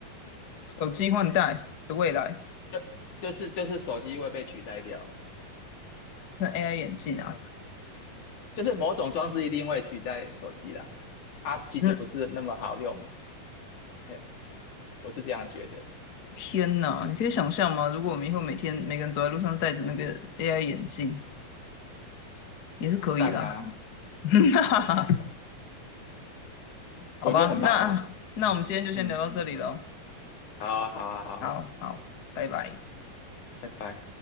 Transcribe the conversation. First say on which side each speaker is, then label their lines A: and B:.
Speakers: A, on the left (about 75°); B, on the left (about 55°).
A: 手机换代的未来，
B: 就就是就是手机会被取代掉，
A: 那 AI 眼镜啊，
B: 就是某种装置一定会取代手机啦。啊，其实不是那么好用，
A: 嗯，
B: 嘿，我是这样觉得。
A: 天哪，你可以想象吗？如果我们以后每天每个人走在路上戴着那个 AI 眼镜，也是可以啦。
B: 赞啊，
A: <laughs> 那好吧，
B: 我觉得很棒啊。
A: 那那我们今天就先聊到这里喽。
B: 嗯嗯，好啊好啊好啊。
A: 好好，拜拜。
B: 拜拜